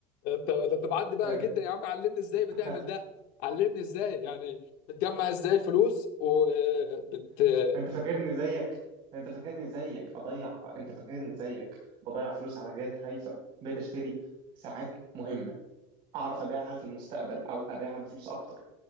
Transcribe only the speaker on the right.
فاهم؟
<laughs>
انت فاكرني زيك انت فاكرني زيك اضيع انت فاكرني زيك بضيع فلوس على حاجات هايفه بقيت اشتري ساعات مهمه اعرف ابيعها في المستقبل او ابيعها بفلوس اكتر